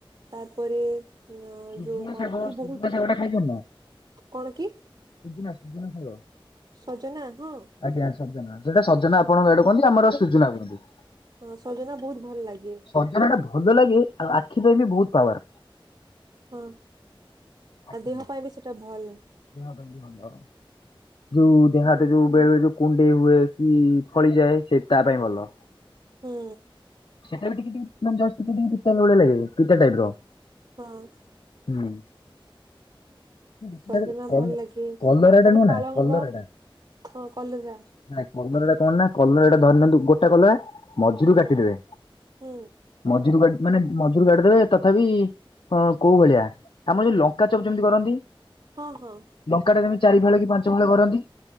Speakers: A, on the right; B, on the left.
A: ତାରପରେ ଅ
B: ସୁଜୁନା
A: ଯୋଉ କଣ
B: ଶାଗ
A: କି
B: ସୁଜୁନା
A: ବହୁତ୍
B: ଶାଗ ଟା ଖାଇଛନ୍ତି ନା
A: କଣ କି?
B: ସୁଜୁନା ସୁଜୁନା ସାଗ।
A: ସଜନା ହଁ
B: ଆଜ୍ଞା ସଜନା ସେଟା ସଜନା ଆପଣଙ୍କ ଆଡେ କୁହନ୍ତି, ଆମର ସୁଜୁନା କୁହନ୍ତି।
A: ହଁ ସଜନା ବହୁତ ଭଲ ଲାଗେ।
B: ସଜନା ଟା ଭଲ ଲାଗେ ଆଉ ଆଖି ପାଇଁ ବି ବହୁତ ପାୱାର।
A: ହଁ
B: ଆଖି
A: ଆଉ ଦେହ ପାଇଁ ବି ସେଇଟା ଭଲ୍।
B: ଦେହ ପାଇଁ ବି ଭଲ, ଯୋଉ ଦେହହାତ
A: ହୁଁ
B: ଯୋଉ ବେଳେ ଯୋଉ କୁଣ୍ଡେଇ ହୁଏ କି ଫଳିଯାଏ ସେ ତା ପାଇଁ ଭଲ।
A: ହୁଁ
B: ସେଟା ବି ଟିକେ ଟିକେ ମନେ ଜଷ୍ଟ ଟିକେ ଟିକେ ପିତା ଭଳିଆ ଲାଗିବ, ପିତା ଟାଇପ୍ ର।
A: ହଁ।
B: ହୁଁ। କଲେ
A: ସଜନା ଭଲ ଲାଗେ
B: କଲରାଟା
A: ତାପରେ
B: ନୁହ ନା
A: ପାଳଙ୍ଗ
B: କଲରାଟା।
A: ହଁ କଲରା
B: ନାଇଁ କଲରାଟା କଣ ନା କଲରାଟା ଧରି ନିଅନ୍ତୁ ଗୋଟା କଲରା ମଝିରୁ
A: ହୁଁ
B: କାଟିଦେବେ,
A: ହୁଁ
B: ମଝିରୁ କାଟ୍ ମାନେ ମଝିରୁ କାଟି ଦେବେ ତଥାପି ଅ କୋଉ ଭଳିଆ ଆମର ଯୋଉ ଲଙ୍କା ଚପ ଯେମିତି କରନ୍ତି।
A: ହଉ ହଉ।
B: ଲଙ୍କା ଟା ଯେମିତି ଚାରି ଫାଳ କି ପାଞ୍ଚ ଫାଳ କରନ୍ତି